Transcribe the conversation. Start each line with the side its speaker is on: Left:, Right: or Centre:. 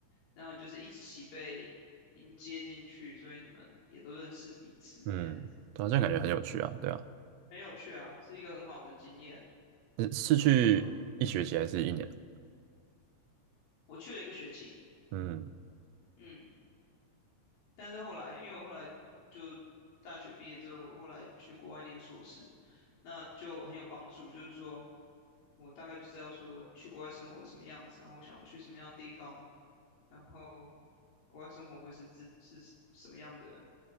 Left: 然后你就是一起被迎接进去，所以你们也都认识彼此这样子，
Right: 嗯，对啊，这样感觉很有趣啊，
Left: 嗯。
Right: 对啊，
Left: 很有趣啊，是一个很好的经验。
Right: 你是去一学期还是一年啊？
Left: 就我去了一个学期，
Right: 嗯，
Left: 嗯，但是后来，因为我后来就大学毕业之后，后来去国外念硕士，那就很有帮助。就是说我大概就知道说去国外生活是什么样子，然后我想要去什么样的地方，然后国外生活会是自是什么样的，